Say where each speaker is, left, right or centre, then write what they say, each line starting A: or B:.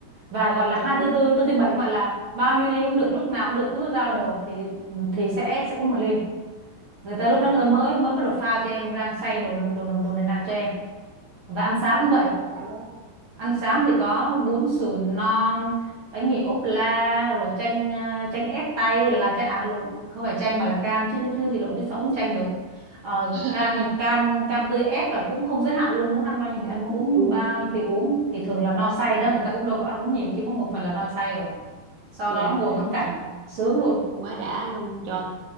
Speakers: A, on the right; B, on the right.
A: và gọi là
B: trời,
A: 244 tư tư tư thứ bảy mà là bao nhiêu ly cũng được lúc nào cũng được cứ ra order thì ừ, thì sẽ sẽ có một ly người ta lúc
B: trời
A: đó người ta mới
B: ơi.
A: mới bắt đầu pha cho em rang xay đồ đồ đồ này nọ cho em và ăn sáng
B: Ồ,
A: cũng vậy
B: đã quá.
A: Ăn sáng thì có bún sườn non, bánh mì ốp la, rồi chanh à, chanh ép tay là chanh à lộn, không phải chanh mà là cam chứ chứ chứ gì lộn chứ sao cũng chanh được. Ờ,
B: <laughs>
A: cam cam cam tươi ép và cũng không giới hạn luôn muốn ăn bao nhiêu thì ăn muốn uống
B: Ừ,
A: bao nhiêu thì uống thì thường là no say đó người ta cũng đâu có ăn uống nhiều chứ mỗi một phần là no say rồi sau
B: dạ
A: đó ngồi ngắm cảnh
B: trời
A: sướng luôn
B: quá đã luôn
A: Ừ.
B: trời